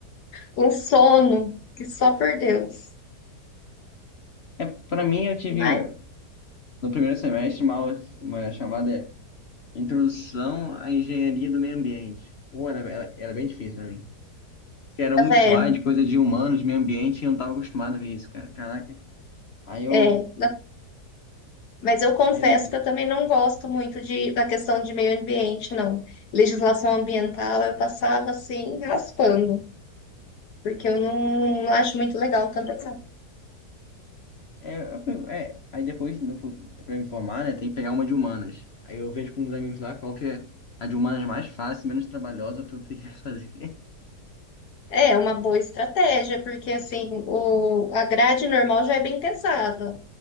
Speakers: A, on the left (about 70°); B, on the left (about 55°).
A: com sono, e só por Deus.
B: é, pra mim, eu tive
A: Mas
B: no primeiro semestre uma, aula- uma chamada é, Introdução à Engenharia do Meio Ambiente. Pô, era, era, era bem difícil pra mim. Porque era
A: tá
B: muito
A: vendo?
B: slide, coisa de humanos, meio ambiente, e eu não tava acostumado a ver isso, cara. Caraca. Aí eu,
A: É, Mas eu confesso
B: aí eu
A: que eu também não gosto muito de, da questão de meio ambiente, não. Legislação ambiental eu passava assim, raspando, porque eu não, não acho muito legal tanto assim.
B: É, a prim- é, aí depois, no, fu- pra me informar, né, tem que pegar uma de humanas. Aí eu vejo com uns amigos lá qual que é a de humanas mais fácil, menos trabalhosa pra eu ter que <laughs> fazer.
A: É uma boa estratégia, porque assim, o, a grade normal já é bem pesada.